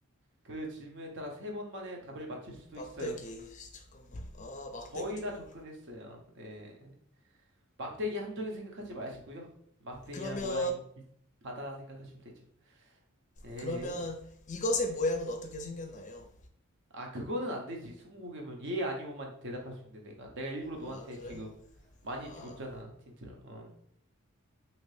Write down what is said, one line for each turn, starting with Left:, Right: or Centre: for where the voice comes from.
Right: 그 질문에 따라 세 번 만에 답을 맞출 수도
Left: 막대기.
Right: 있어요.
Left: 잠깐만. 아, 막대기
Right: 거의
Left: 종류.
Right: 다 접근했어요. 네. 막대기 한정인 생각하지 마시고요. 막대기랑
Left: 그러면,
Right: 모양이 좀 비슷하다 생각하시면 되죠. 예, 예.
Left: 그러면 이것의 모양은 어떻게 생겼나요?
Right: 아, 그거는 안 되지. 스무고개면 예, 아니오만 대답할 수 있는데 내가. 내가 일부러
Left: 아,
Right: 너한테
Left: 그래?
Right: 지금 많이
Left: 아,
Right: 줬잖아, 틴트를. 어.